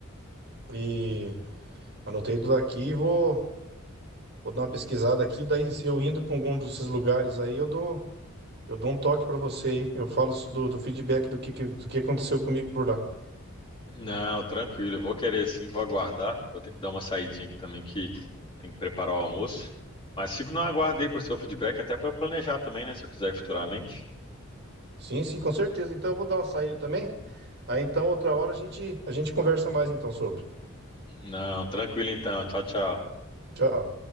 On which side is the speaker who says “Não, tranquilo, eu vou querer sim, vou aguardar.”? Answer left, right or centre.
Left